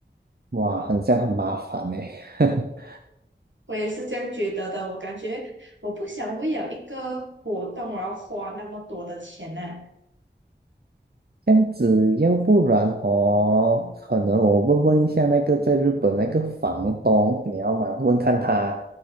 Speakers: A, on the right; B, on the right.
A: 哇，很像很麻烦呢。<laughs>
B: 我也是这样觉得的。我感觉我不想为了一个活动而花那么多的钱呢、
A: 这样子，要不然哦，可能我问问一下那个在日本那个房东，你要吗？问看他，